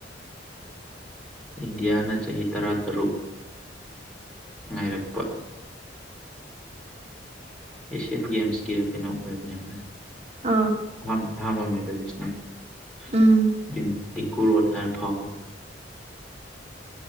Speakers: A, in the centre; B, on the right.
A: ꯏꯟꯗꯤꯌꯥꯅ ꯆꯍꯤ ꯇꯔꯥꯇꯔꯨꯛ ꯉꯥꯏꯔꯛꯄ
B: ꯎ <unintelligible> <inaudible>
A: ꯑꯦꯁꯤꯌꯥꯟ ꯒꯦꯦꯝꯁ ꯀꯔꯣ ꯀꯩꯅꯣꯈꯔꯅꯦ ꯍꯥꯏꯥꯏ
B: ꯑꯥ
A: ꯍꯥ ꯍꯥ ꯍ ꯃꯦꯁꯅꯗ
B: ꯎꯝ
A: <inaudible> ꯐꯔ ꯐꯥꯎ